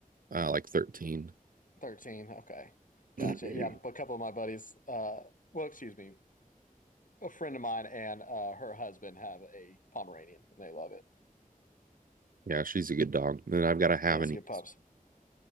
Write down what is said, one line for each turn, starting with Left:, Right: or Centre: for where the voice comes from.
Right: uh, like 13.
Left: Thirteen. Okay,
Right: <clears throat>
Left: gotcha. Yeah, but a couple of my buddies, uh, well, excuse me, a friend of mine and uh, her husband have a Pomeranian, and they love it.
Right: Yeah, she's a good dog. And then I've got a Havanese,
Left: Yeah, it's good pups.